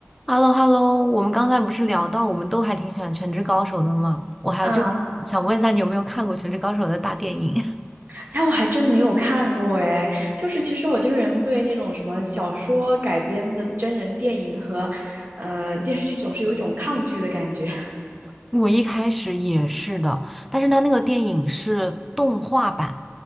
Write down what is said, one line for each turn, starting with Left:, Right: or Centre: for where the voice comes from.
Centre: h e l l o h e l l o 我们刚才不是聊到我们都还挺喜欢《全职高手》的嘛？我还就想问一下，
Right: 嗯，
Centre: 你有没有看过《全职高手》的大电影？
Right: 哎，我还真没有看过哎。就是其实我这个人对那种什么小说改编的真人电影和呃电视剧总是有一种抗拒的感觉。<laughs>
Centre: <laughs> 我一开始也是的，但是它那个电影是动画版，